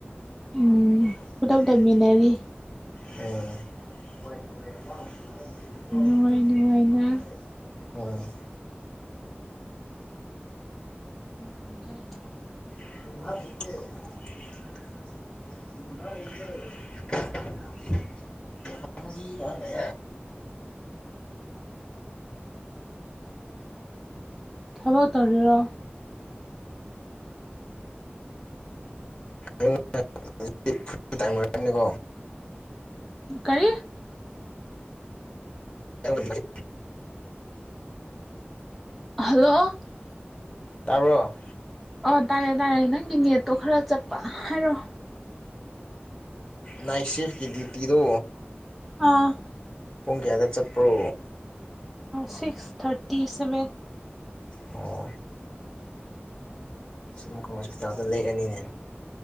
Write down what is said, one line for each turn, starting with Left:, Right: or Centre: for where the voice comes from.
Centre: ꯎꯝ
Left: ꯑꯣ
Centre: ꯄꯨꯂꯞ ꯂꯩꯃꯤꯟꯅꯔꯤ
Left: <unintelligible>
Centre: ꯅꯨꯡꯉꯥꯏ ꯅꯨꯡꯉꯥꯏꯅ
Left: ꯎꯝ
Centre: ꯎꯝ <unintelligible>
Left: <unintelligible> <unintelligible>
Centre: ꯊꯕꯛ ꯇꯧꯔꯤꯔꯣ
Left: <inaudible> ꯥ ꯅꯤꯀꯣ
Centre: ꯀꯔꯤ
Left: <inaudible>
Centre: ꯑ ꯍꯜꯂꯣ
Left: ꯇꯥꯕ꯭ꯔꯣ
Centre: ꯑꯣ ꯇꯥꯔꯦ ꯇꯥꯔꯦ ꯅꯪꯒꯤ ꯅꯦꯠꯇꯣ ꯈꯔ ꯆꯞꯄ ꯍꯥꯏꯔꯣ
Left: ꯅꯥꯏꯁꯤꯐꯀꯤ ꯗꯤꯇꯤꯗꯣ
Centre: ꯑꯥ
Left: ꯄꯨꯡ ꯀꯌꯥꯗ ꯆꯠꯄ꯭ꯔꯣ
Centre: ꯁꯤꯛꯁ ꯊꯥꯔꯇꯤ ꯁꯚꯦꯟ
Left: ꯑꯣ ꯁꯨꯃꯨꯀ ꯍꯣꯁꯄꯤꯇꯥꯜꯗ ꯂꯦꯛꯑꯅꯤꯅꯦ